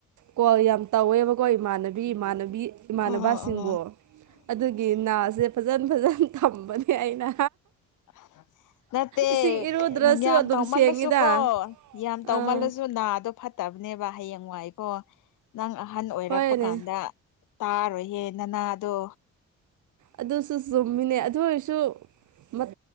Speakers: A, on the right; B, on the left.
A: ꯀꯣꯜ ꯌꯥꯝ ꯇꯧꯋꯦꯕꯀꯣ ꯏꯃꯥꯟꯅꯕꯤ ꯏꯃꯥꯟꯅꯕꯤ ꯏꯃꯥꯟꯅꯕꯁꯤꯡꯕꯨ
B: ꯑꯣ ꯑꯣ
A: ꯑꯗꯨꯒꯤ ꯒꯤ ꯅꯥꯁꯦ ꯐꯖꯟ ꯐꯖꯅ ꯊꯝꯕꯅꯦ ꯑꯩꯅ
B: <unintelligible> ꯅꯠꯇꯦ
A: ꯏꯁꯤꯡ ꯏꯔꯨꯗ꯭ꯔꯁꯨ
B: ꯌꯥꯝ
A: ꯑꯗꯨꯝ
B: ꯇꯧꯃꯜꯂꯁꯨ
A: ꯁꯦꯡꯉꯤꯗ
B: ꯀꯣ ꯌꯥꯝ ꯇꯧꯃꯜꯂꯁꯨ
A: ꯑꯥ
B: ꯅꯥꯗꯣ ꯐꯠ ꯐꯠꯇꯕꯅꯦꯕ ꯍꯌꯦꯡ ꯋꯥꯏꯀꯣ ꯅꯪ ꯑꯍꯟ ꯑꯣꯏꯔꯛꯄ
A: ꯍꯣꯏꯅꯦ
B: ꯀꯥꯟꯗ ꯇꯥꯔꯣꯏꯌꯦ ꯅꯅꯥꯗꯣ
A: ꯑꯗꯨꯁꯨ ꯆꯨꯝꯃꯤꯅꯦ ꯑꯗꯨ ꯑꯣꯏꯔꯁꯨ ꯃꯠ